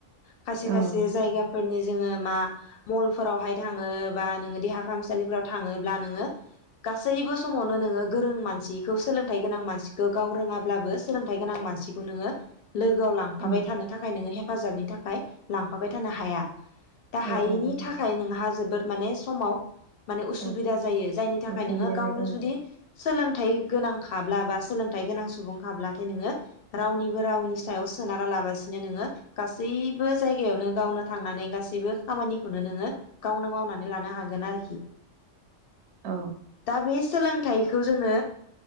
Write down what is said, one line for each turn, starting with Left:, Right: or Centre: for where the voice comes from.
Left: खायसे
Right: औ
Left: खायसे जायगाफोरनि जोङो मा मलफोरावहाय थाङो बा नोङो देहा फाहामसालिफ्राव थाङोब्ला नोङो गासैबो समावनो नोङो गोरों मानसिखौ सोलोंथाइ गोनां मानसिखौ गाव रोङाब्लाबो सोलोंथाइ गोनां मानसिखौ नोङो लोगोआव लांफाबाय
Right: औ
Left: थानो थाखाय नोङो हेफा हेफाजाबनि थाखाय लांफाबाय थानो हाया। दा
Right: औ
Left: हायैनि
Right: नंगौ
Left: थाखाय नोंहा जोबोर माने समाव माने उसुबिदा
Right: औ
Left: जायो जायनि थाखाय
Right: उसुबिदा
Left: नोङो गावनो
Right: जायो
Left: जुदि सोलों थाइ गोनां खाब्ला बा सोलोंथाइ गोनां सुबुं खाब्लाथाय नोङो रावनिबो रावनि सायाव सोनारा लाबसिनो नोङो गासैबो जायगायावनो गावनो थांनानै गासैबो खामानिखौनो नोङो गावनो मावनानै लानो हागोन आरोखि।
Right: औ
Left: दा बे सोलोंथाइखौ जोङो